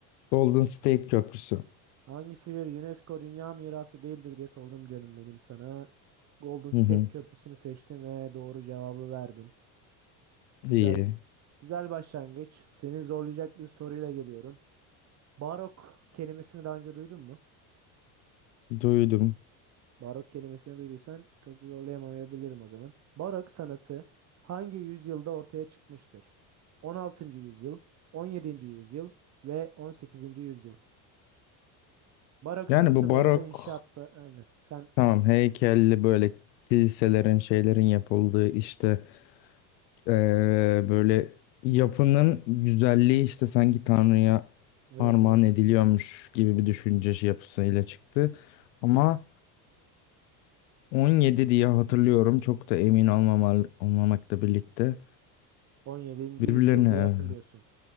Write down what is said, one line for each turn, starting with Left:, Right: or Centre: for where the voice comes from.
Left: Golden State Köprüsü.
Right: Hangisi bir UNESCO Dünya Mirası değildir diye sordum canım benim sana. Golden State
Left: Hı hı.
Right: Köprüsü'nü seçtim ve doğru cevabı verdin. Güzel
Left: İyi.
Right: güzel başlangıç. Seni zorlayacak bir soruyla geliyorum. Barok kelimesini daha önce duydun mu?
Left: Duydum.
Right: Barok kelimesini duyduysan çok da zorlayamayabilirim o zaman. Barok sanatı hangi yüzyılda ortaya çıkmıştır? 16. yüzyıl, 17. yüzyıl ve 18. yüzyıl. Barok
Left: Yani
Right: sanatı
Left: bu
Right: bu
Left: barok
Right: arada inşaatta aynen. Sen
Left: tamam heykelli böyle kiliselerin şeylerin yapıldığı işte eee, böyle yapının güzelliği işte sanki Tanrı'ya
Right: evet
Left: armağan
Right: evet
Left: ediliyormuş gibi bir düşünce şey yapısıyla çıktı. Ama 17 diye hatırlıyorum. Çok da emin olmamal, olmamakla birlikte.
Right: 17.
Left: Birbirlerine
Right: yüzyıl diye hatırlıyorsun.